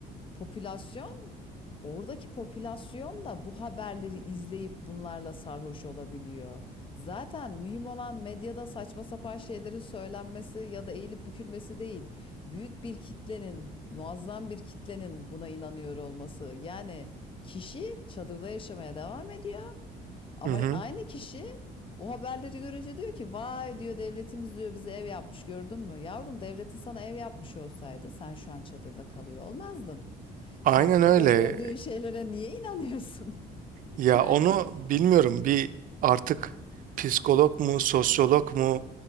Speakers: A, on the left; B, on the right.
A: popülasyon oradaki popülasyon da bu haberleri izleyip bunlarla sarhoş olabiliyor. Zaten mühim olan medyada saçma sapan şeylerin söylenmesi ya da eğilip bükülmesi değil. Büyük bir kitlenin, muazzam bir kitlenin buna inanıyor olması. Yani kişi çadırda yaşamaya devam ediyor. Ama
B: Hı hı.
A: aynı kişi bu haberleri görünce diyor ki vay diyor devletimiz diyor bize ev yapmış gördün mü? Yavrum devletin sana ev yapmış olsaydı sen şu an çadırda kalıyor olmazdın.
B: Aynen
A: Sen orada
B: öyle.
A: gördüğün şeylere niye inanıyorsun? <laughs>
B: Ya
A: Yani
B: onu bilmiyorum bir artık psikolog mu sosyolog mu